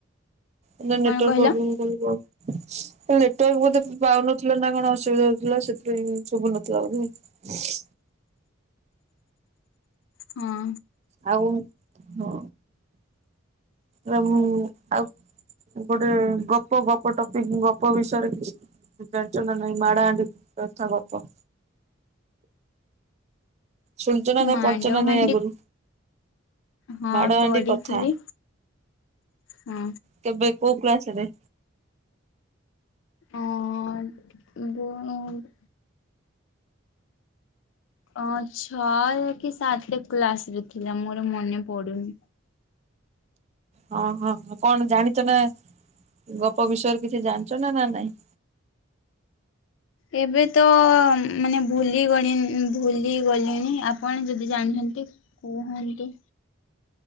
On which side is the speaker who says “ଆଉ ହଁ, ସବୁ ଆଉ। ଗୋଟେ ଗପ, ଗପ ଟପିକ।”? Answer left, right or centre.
Right